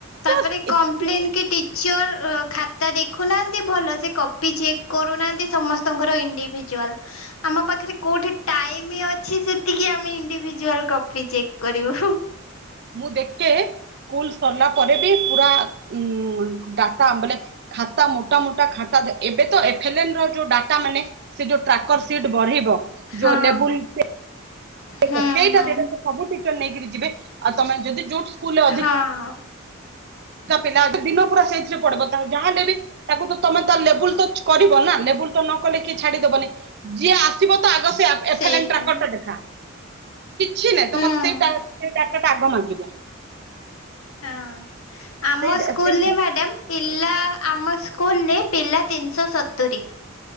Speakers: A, on the left; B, on the right.
A: ତାପରେ
B: ତ
A: କମ୍ପ୍ଲେନ୍
B: ଏତେ
A: କି ଟିଚର ଅ ଖାତା ଦେଖୁନାହାନ୍ତି ଭଲ ସେ କପି ଚେକ୍ କରୁନାହାନ୍ତି। ସମସ୍ତଙ୍କର ଇଣ୍ଡିଭିଜୁଆଲ। ଆମ ପାଖରେ କୋଉଠି ଟାଇମି ଅଛି ସେତିକି ଆମେ ଇଣ୍ଡିଭିଜୁଆଲ୍ କଫି ଚେକ୍ କରିବୁ ହୁଁ।
B: ମୁଁ ଦେକେ ସ୍କୁଲ ସରିଲା ପରେ ବି ପୁରା ଉଁ ଡାଟା ବେଲେ ଖାତା ମୋଟା ମୋଟା ଖାତା ଏବେ ତ ଏଫ୍-ଏଲ୍-ଏନ୍ ର ଯୋଉ ଡାଟା ମାନେ ସେ ଯୋଉ ଟ୍ରାକର୍ ସିଟ୍ ବଢିବ
A: ହଁ
B: ଯୋ ଲେବୁଲ୍ <unintelligible> ସେଟା
A: ହୁଁ
B: ସେଇଟା
A: ହୁଁ
B: ସବୁ ଟିଚର୍ ନେଇ କିରି ଯିବେ ଆଉ ତମେ ଯଦି ଯୋଉ ସ୍କୁଲ୍ ର୍
A: ହଁ।
B: ତା ପିଲା ଦିନ ପୁରା ସେଇଥିରେ ପଢିବ ତା ଯାହା ହେଲେ ବି ତାକୁ ତ ତମେ ତା ଲେବୁଲ୍ ତ କରିବ ନା ଲେବୁଲ୍ ତ ନ କଲେ କିଏ ଛାଡିଦବନି ଯିଏ ଆସିବ ତ ଆଗ ସେ ଆ ଏଫେ-ଏଲ୍-ଏନ୍
A: ସେଇତ
B: ଟ୍ରାକର
A: ହୁଁ
B: ଟା ଦେଖା କିଛି ନାଇଁ
A: ହଁ।
B: ତମର ସେଇ ଟା ସେ ଡାଟା ଟା ଆଗ ମାଗିବେ।
A: ହଁ ଆମ
B: ସେଇ
A: ସ୍କୁଲ୍
B: ସେଇ
A: ଲେ ମ୍ୟାଡ଼ାମ୍ ପିଲା ଆମ ସ୍କୁଲ୍ ଲେ ପିଲା ତିନିଶ ସତୁରି।